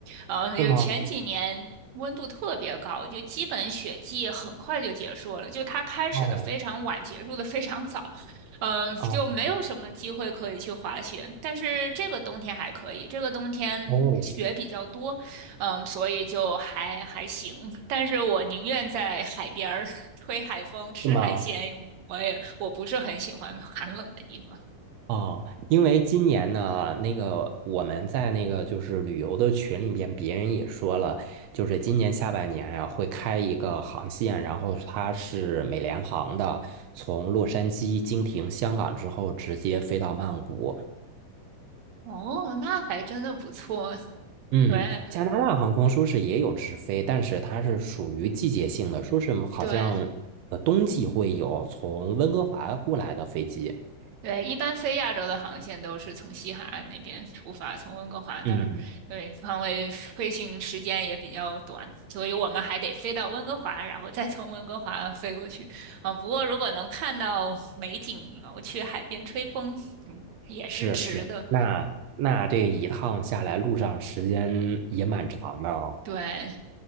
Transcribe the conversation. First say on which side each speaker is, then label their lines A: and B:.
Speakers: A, on the right (about 60°); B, on the right (about 80°).
A: 呃，
B: 是吗？
A: 有前几年温度特别高，就基本雪季很快就结束了，就它开始的非常晚，
B: 哦
A: 结束的非常早，嗯、就没有什么机会可以去滑雪。
B: 哦
A: 但是这个冬天还可以，这个冬天雪比较多，
B: 哦，
A: 嗯，所以就还还行，但是我宁愿在海边儿 <laughs> 吹海风、吃海鲜，
B: 是吗？
A: 我也我不是很喜欢寒冷的地方。
B: 哦，因为今年呢，那个我们在那个就是旅游的群里边，别人也说了，就是今年下半年呀、会开一个航线，然后它是美联航的，从洛杉矶经停香港之后，直接飞到曼谷。
A: 哦，那还真的不错。<laughs>
B: 嗯，
A: 对
B: 加拿大航空说是也有直飞，但是它是属于季节性的，说是好像呃冬季会有从温哥华过来的飞机。
A: 对，对，一般飞亚洲的航线都是从西海岸那边出发，从温哥华那儿，
B: 嗯。
A: 对，因为飞行时间也比较短，所以我们还得飞到温哥华，然后再从温哥华飞过去。嗯，不过如果能看到美景，然后去海边吹风，嗯，也是值的。
B: 是是，那那这一趟下来，路上时间也蛮长的哦。
A: 对，